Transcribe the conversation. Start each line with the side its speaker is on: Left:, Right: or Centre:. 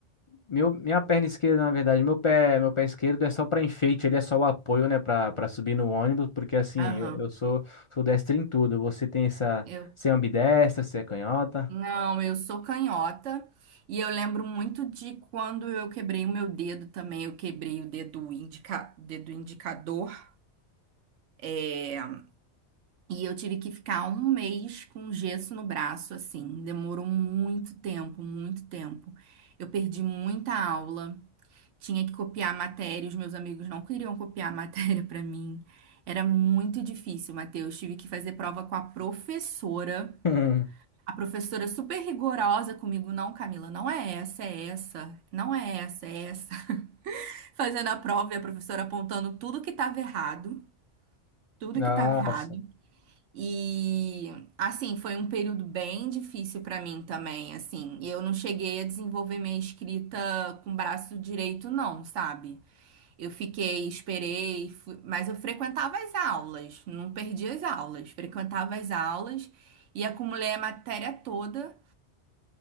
Left: meu, minha perna esquerda, na verdade, meu pé, meu pé esquerdo é só para enfeite, ele é só o apoio, né, para para subir no ônibus, porque assim,
Right: aham.
Left: eu, eu sou sou destro em tudo. Você tem essa,
Right: Eu,
Left: você é ambidestra, você é canhota?
Right: não, eu sou canhota. E eu lembro muito de quando eu quebrei o meu dedo também. Eu quebrei o dedo, indica, dedo indicador. É, E eu tive que ficar um mês com gesso no braço, assim. Demorou muito tempo, muito tempo. Eu perdi muita aula, tinha que copiar a matéria, os meus amigos não queriam copiar a matéria <laughs> pra mim. Era muito difícil, Matheus. Tive que fazer prova com a professora.
Left: <laughs>
Right: A professora super rigorosa comigo, não, Camila, não é essa, é essa, não é essa, é essa. <laughs> Fazendo a prova e a professora apontando tudo que estava errado, tudo
Left: Nossa.
Right: que estava errado. E assim, foi um período bem difícil para mim também, assim. Eu não cheguei a desenvolver minha escrita com o braço direito não, sabe? Eu fiquei, esperei, fui- mas eu frequentava as aulas, não perdi as aulas, frequentava as aulas e acumulei a matéria toda.